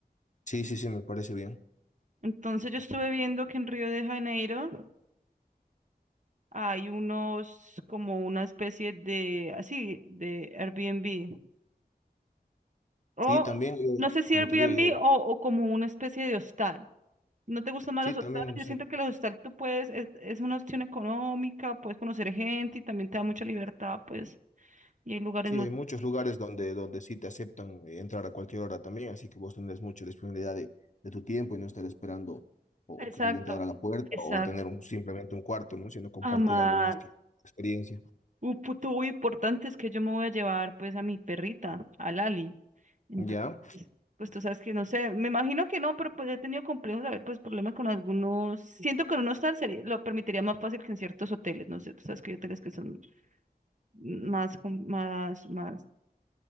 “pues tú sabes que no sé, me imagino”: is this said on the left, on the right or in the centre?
Right